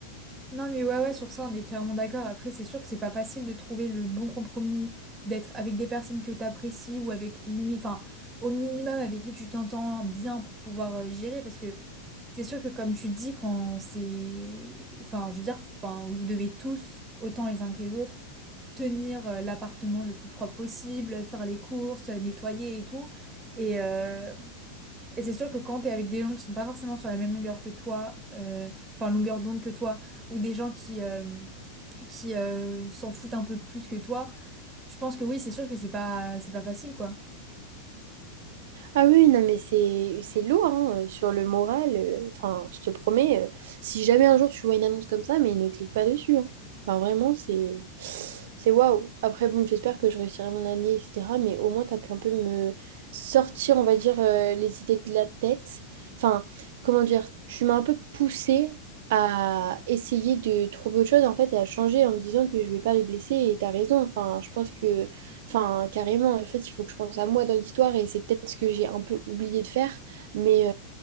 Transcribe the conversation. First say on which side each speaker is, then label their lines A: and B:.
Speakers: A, on the right; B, on the right.
A: Non, mais ouais, ouais, sur ça, on est clairement d'accord. Après, c'est sûr que c'est pas facile de trouver le bon compromis, d'être avec des personnes que t'apprécies ou avec limite, enfin, au minimum avec qui tu t'entends bien pour pouvoir euh, gérer. Parce que c'est sûr que, comme tu dis, quand c'est. Enfin, je veux dire, enfin, vous devez tous, autant les uns que les autres, tenir euh, l'appartement le plus propre possible, faire les courses, nettoyer et tout. Et, euh, et c'est sûr que quand tu es avec des gens qui sont pas forcément sur la même longueur que toi, euh, enfin longueur d'onde que toi, ou des gens qui, euh, qui euh, s'en foutent un peu plus que toi, je pense que oui, c'est sûr que c'est pas, c'est pas facile, quoi.
B: Ah oui, non, mais c'est c'est lourd hein, euh, sur le moral. euh, Enfin, je te promets, euh, si jamais un jour tu vois une annonce comme ça, mais ne clique pas dessus. hein. Enfin, vraiment, c'est c'est waouh. Après, bon, j'espère que je réussirai mon année, etc. Mais au moins, tu as pu un peu me sortir, on va dire, euh, les idées de la tête. Enfin, comment dire, tu m'as un peu poussé à essayer de trouver autre chose, en fait, et à changer en me disant que je vais pas les blesser. Et tu as raison. Enfin, je pense que Enfin, carrément, en fait, il faut que je pense à moi dans l'histoire et c'est peut-être ce que j'ai un peu oublié de faire. Mais,